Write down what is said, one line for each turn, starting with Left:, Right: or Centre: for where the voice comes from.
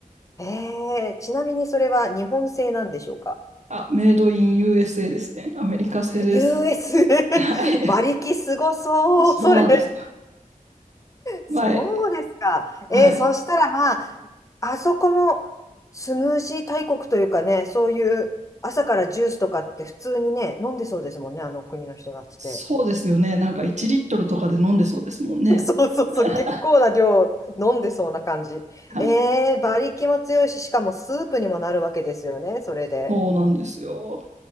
Left: ええ、ちなみにそれは日本製なんでしょうか
Right: あ、メイドイン USA ですね。アメリカ製です。
Left: US <laughs>
Right: はい。
Left: 馬力すごそう、
Right: そうなんです。
Left: それ。そうですか。
Right: はい、はい。
Left: えーそしたらまあ、あそこもスムージー大国というかね、そういう朝からジュースとかって普通にね、飲んでそうですもんね、あの国の人たちって。
Right: そうですよね。なんか1リットルとかで飲んでそうですもんね。
Left: <laughs> そうそうそう、
Right: <laughs>
Left: 結構な量飲んでそうな感じ。
Right: はい。
Left: えー、馬力も強いし、しかもスープにもなるわけですよね、それで。
Right: そうなんですよ。